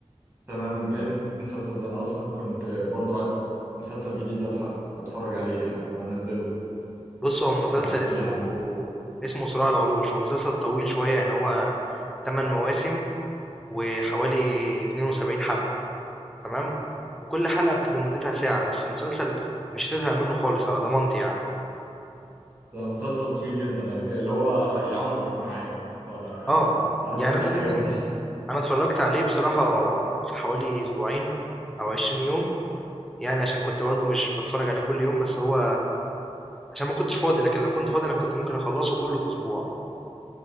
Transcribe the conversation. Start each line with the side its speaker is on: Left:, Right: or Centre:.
Right: تمام ايه المسلسل ده انا اصلا كنت برضو عايز مسلسل جديد الحق اتفرج عليه يعني او انزله
Centre: بص هو مسلسل
Right: فاحكي
Centre: اسمه
Right: لي عنه
Centre: اسمه صراع العروش هو مسلسل طويل شوية يعني هو 8 مواسم وحوالي 72 حلقة تمام وكل حلقة بتبقى مدتها ساعة بس مسلسل مش هتزهق منه خالص على ضمانتي يعني
Right: ده مسلسل طويل جدا على كده اللي هو يعمر معايا ف
Centre: اه
Right: انا
Centre: يعني
Right: بحب
Centre: انا
Right: الحاجات
Centre: مثلا
Right: دي
Centre: انا اتفرجت عليه بصراحة في حوالي اسبوعين او عشرين يوم يعني عشان كنت برضو مش بتفرج عليه كل يوم بس هو عشان ما كنتش فاضي لكن لو كنت فاضي انا كنت ممكن اخلصه كله في اسبوع